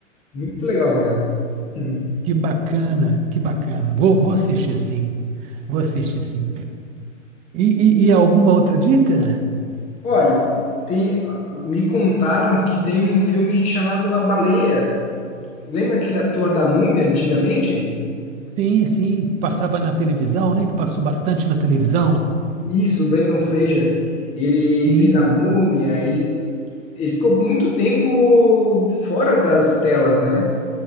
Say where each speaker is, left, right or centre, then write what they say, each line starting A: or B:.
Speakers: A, on the left (about 15°); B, on the right (about 20°).
A: muito legal mesmo. Hum.
B: que bacana, que bacana. Vou, vou assistir sim. Vou assistir sim. E, e, e alguma outra dica?
A: Olha, tem, me contaram que tem um filme chamado A Baleia. Lembra aquele ator da Múmia antigamente?
B: Sim, sim. Passava na televisão, né? Que passou bastante na televisão.
A: Isso, o Brendan Fraser. Ele
B: Sim.
A: fez a Múmia, ele ele ficou muito tempo fora das telas, né?